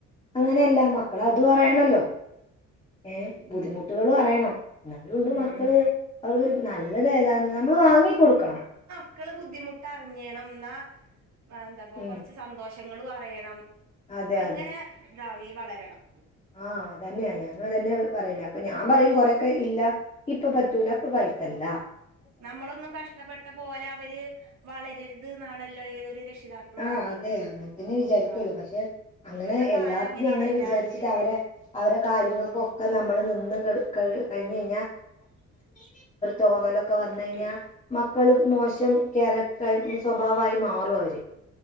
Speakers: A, on the left; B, on the right.
A: അങ്ങനെയല്ല മക്കളതുറയണല്ലോ ഏഹ്
B: ഉം
A: ബുദ്ധിമുട്ടുകളൊറിയണം.
B: ഉം
A: എന്നാലുണ്ട്
B: ഉം
A: മക്കള്
B: ഉം
A: അവർക്ക് നല്ല നല്ലതേതാന്ന് നമ്മള് വാങ്ങി കൊടുക്കണം.
B: ക്കള് ബുദ്ധിമുട്ടറിഞ്ഞേണം ന്നാ ആ ന്തപ്പ
A: ഉം
B: കൊറച്ച് സന്തോഷം റ്റങ്ങളു അറിയണം
A: അതെ
B: അങ്ങനെ
A: അതെ
B: ഇതാവെ വളരണം.
A: ആ അതന്നെയാ
B: ഉം
A: ഞാനുവതന്നെയാ പറയണെ അപ്പ ഞാൻ പറയും കൊറെക്കെ ഇല്ല ഇപ്പ പറ്റൂല
B: ഉം
A: പ്പ പയറ്റെണ്ട.
B: നമ്മളൊന്നും കഷ്ടപ്പെട്ട പോലെ അവര് വളരരുത് ന്നാണല്ലോ ഏതൊരു രക്ഷിതാക്കളും
A: ആ
B: ആഗ്രഹിക്കുക
A: അതെ അങ്ങനെ തന്നെ വിചാരിക്കുള്ളൂ
B: ആഹ്
A: പക്ഷെ അങ്ങനെ
B: ഇപ്പത്തെ കാലം
A: എല്ലാത്തിനും
B: അങ്ങനെയാണ്
A: അങ്ങനെ
B: എല്ലാത്തിനും
A: വിചാരിച്ചിട്ട് അവരെ അവരെ കാര്യങ്ങൾക്കൊക്കെ
B: ഉം
A: നമ്മള് നിന്ന് ക ക കഴിഞ്ഞ് കഴിഞ്ഞാ തോന്നല ക്കെ വന്ന്
B: കിട്ടും
A: കഴിഞ്ഞാൽ മക്കള് മോശം ക്യാരക്ടറായി സ്വഭാവമായി മാറും അവര്